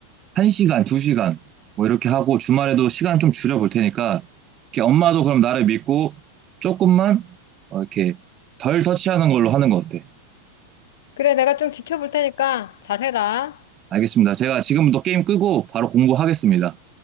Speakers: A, on the right; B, on the left.
A: 한 시간, 두 시간 뭐 이렇게 하고 주말에도 시간 좀 줄여볼 테니까 이렇게 엄마도 그럼 나를 믿고 조금만 어, 이렇게 덜 터치하는 걸로 하는 거 어때?
B: 그래, 내가 좀 지켜볼 테니까 잘해라.
A: 알겠습니다. 제가 지금부터 게임 끄고 바로 공부하겠습니다.